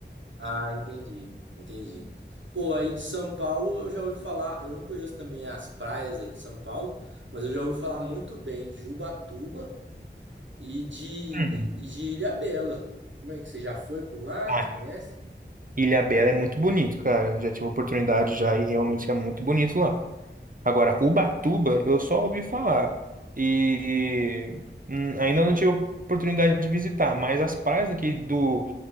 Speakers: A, on the right; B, on the right.
A: Ah, entendi, entendi. Pô, aí de São Paulo eu já ouvi falar, eu não conheço também as praias aí de São Paulo, mas eu já ouvi falar muito bem de Ubatuba e de,
B: Hum.
A: e de Ilhabela. Como é que você já foi por lá?
B: Ah,
A: Você conhece?
B: Ilhabela é muito bonito, cara. Já tive a oportunidade já e realmente é muito bonito lá. Agora, Ubatuba, eu só ouvi falar. E hum, ainda não tive a oportunidade de visitar, mas as praias aqui do,